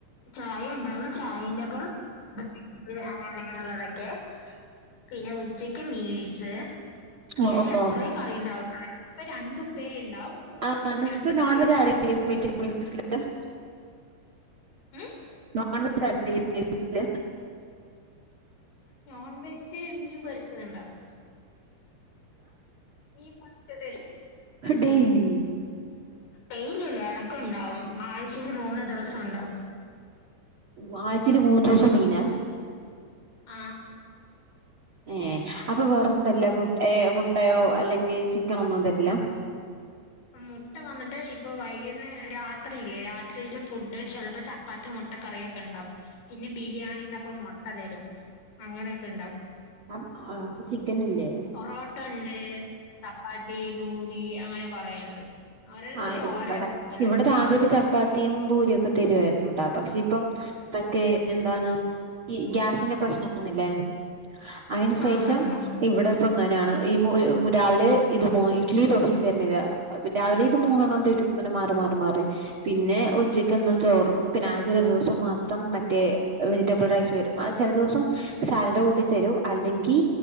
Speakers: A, on the left; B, on the right.
A: ചായ ഉണ്ടാവും ചായന്റെപ്പം <unintelligible> പിന്നെ ഉച്ചക്ക് മീൽസ് മീൽസില്
B: ഓ ഓ
A: കുറെ കറി ഉണ്ടാവുട്ടോ ഇപ്പൊ രണ്ട് ഉപ്പേരി ഉണ്ടാവും
B: ആ നിക്ക്
A: രണ്ടുപ്പേരി
B: നോൺ വെജ് <unintelligible>
A: മം
B: നോൺവെജ് <inaudible>
A: നോൺ വെജ് മീൻ പൊരിച്ചത്ണ്ടാവും മീമസ്ച്ചത്തെ
B: ഹ ഡെയിലി
A: ഡെയിലല്ല ഇടക്ക് ഉണ്ടാവും ആഴ്ചയി ൽ മൂന്ന് ദിവസം ഉണ്ടാവും
B: ആഹ്ആഴ്ചയിൽ മൂന്ന് ദിവസം മീനാ
A: ആഹ്
B: ഏഹ് അപ്പൊ വേറെന്തർല്ല മു മുട്ടയോ അല്ലെങ്കിൽ ചിക്കന് ഒന്നും തരില്ല
A: മുട്ട വന്നിട്ട് ഇപ്പൊ വൈകുന്നേ രാത്രിയില്ലേ രാത്രിയില് ഫുഡ് ചിലപ്പോ ചപ്പാത്തി മുട്ട മുട്ടക്കറിയൊക്കെ ഉണ്ടാവും പിന്നെ ബിരിയാണീന്റെപ്പം മുട്ട തരും അങ്ങനെയൊക്കെ ഉണ്ടാവും
B: അഹ് അപ്പ ചിക്കൻ ഇല്ലേ
A: പൊറോട്ട ഉണ്ട് ചപ്പാത്തി ബൂരി അങ്ങനെ കൊറേണ്ട് ഓരോരോ ദിവസം
B: ആഹ്
A: ഓരോരോ
B: ഇവിടെ
A: പോലെ
B: ഇവിടെ ആധ്യാക്കെ ചപ്പാ തീം പൂരി ഒക്കെ തരുമായിരുന്നുട്ടാ പക്ഷെ ഇപ്പം മറ്റേ എന്താണ് ഈ ഗ്യാസിന്റെ പ്രശ്നൊന്നില്ലേ അതിന്
A: ആഹ്
B: ശേഷം
A: വന്നു
B: ഇവിടെ ഇപ്പ ഇങ്ങനെയാണ് ഈ <unintelligible> രാവിലെ ഇത് <unintelligible> ഇഡലി ദോശയും തരുന്നില്ല രാവില ഇത് മൂന്നെണ്ണം തരും ഇങ്ങനെ മാറി മാറി മാറി പിന്നെ ഉച്ചക്കെന്നും ചോറും പിന്നെ ആഴ്ച ഒരു ദിവസം മാത്രം മാത്രം മറ്റേ വെജിറ്റബിൾ റൈസ് തരും അത് ചില ദിവസം സാലഡ് കൂട്ടി തരും അല്ലെങ്കിൽ